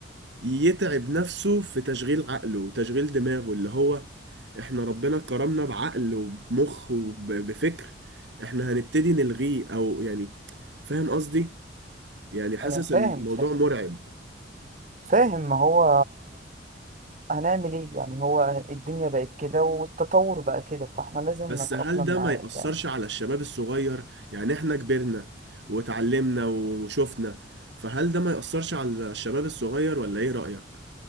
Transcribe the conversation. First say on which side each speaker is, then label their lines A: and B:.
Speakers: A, on the right (about 70°); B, on the right (about 40°).
A: يتعب نفسه في تشغيل عقله وتشغيل دماغه اللي هو احنا ربنا كرمنا بعقل وبمخ وبفكر احنا هنبتدي نلغيه او يعني فاهم قصدي يعني حاسس
B: انا فاهم
A: ان الموضوع
B: فاهم
A: مرعب
B: فاهم ما هو هنعمل ايه يعني هو الدنيا بقت كده والتطور بقى كده فاحنا لازم
A: بس
B: نتأقلم
A: هل ده
B: معاه
A: ما يأثرش
B: يعني
A: على الشباب الصغير يعني احنا كبرنا واتعلمنا وشفنا فهل ده ما يأثرش على الشباب الصغير ولا ايه رأيك